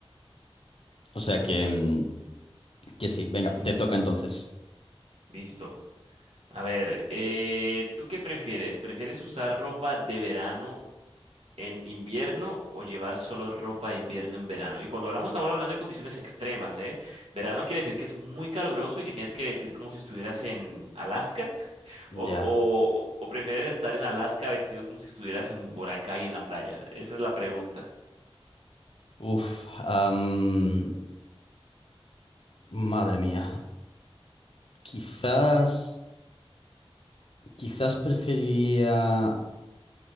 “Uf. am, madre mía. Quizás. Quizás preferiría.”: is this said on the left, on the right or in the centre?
Left